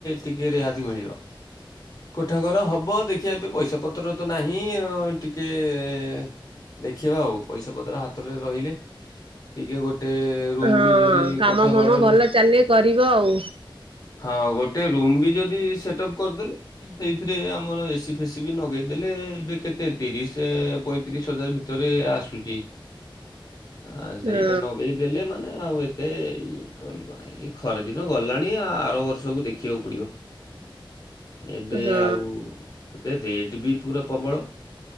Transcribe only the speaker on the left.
ଟିକେ ରିହାତି ମିଳିବ କୋ ଠା ଘର ହବ ଦେଖିଆ ଏବେ ପଇସା ପତ୍ର ତ ନାହିଁ ଅଁ ଟିକେ ଏ-ଏ-ଏ ଦେଖିବା ଆଉ ପଇସା ପତ୍ର ହାତରେ ରହିଲେ ଟିକେ ଗୋଟେ ରୁମ୍
ବି ଯଦି
କୋଠା
ଘର
ରୁ
ହଁ ଗୋଟେ ରୁମ୍ ବି ଯଦି ସେଟ୍ଅପ୍ କର୍ ଦେଲେ ସେଇଥିରେ ଆମର ଏସି ଫେସି ବି ନଗେଇ ଦେଲେ ଏବେ କେତେ ତିରିଶି ପଇଁତିରିଶି ହଜାର୍ ଭି ତରେ ଆସୁଚି ଆଁ ସେଇଟା
ନଗେଇ ଦେଲେ ମାନେ ଆଉ ଏତେ ଇ ରହିବ ନାଇଁ। ଏ ଖରାଦିନ ଗଲାଣି ଆ ଆର ବର୍ଷକୁ ଦେଖିବାକୁ ପଡ଼ିବ।
ଏବେ
ଆଉ ଏବେ ରେଟ୍ ବି ପୁରା ପବଳ